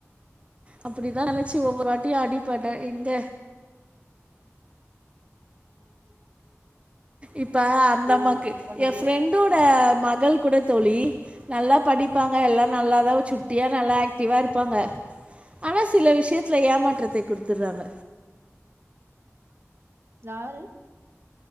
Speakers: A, on the right; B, on the right.
A: அப்புடிதா நெனைச்சு ஒவ்வொரு வாட்டியு அடிப்பட்ட இந்த இப்ப அந்த
B: ஆனால்
A: அம்மாக்கு
B: உங்களுடைய
A: எ ஃப்ரெண்டோட மகள் கூட தோழி நல்லா படிப்பாங்க எல்லாம் நல்லாதா சுட்டியா நல்லா ஆக்டிவா இருப்பாங்க ஆனா சில விஷயத்துல ஏமாற்றத்தை குடுத்துடுறாங்க
B: யாரு